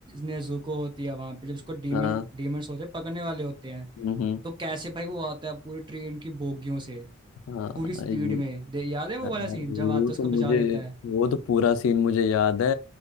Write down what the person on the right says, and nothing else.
नेजुको होती है वहां पे जब उसको डीमन
डीमंस होते हैं पकड़ने वाले होते हैं
तो कैसे भाई वो आता है पूरी ट्रेन की बोगियों से
पूरी स्पीड
में दे याद है वो
वाला सीन जब आता है उसको
बचा लेता है